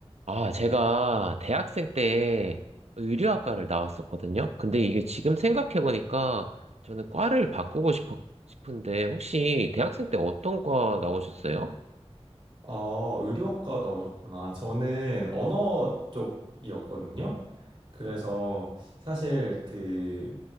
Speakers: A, on the right; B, on the right.
A: 아, 제가 대학생 때 의류학과를 나왔었거든요. 근데 이게 지금 생각해보니까 저는 과를 바꾸고 싶어, 싶은데 혹시 대학생 때 어떤 과 나오셨어요?
B: 아, 의료학과 나오셨구나. 저는 언어 쪽이었거든요. 그래서 사실 그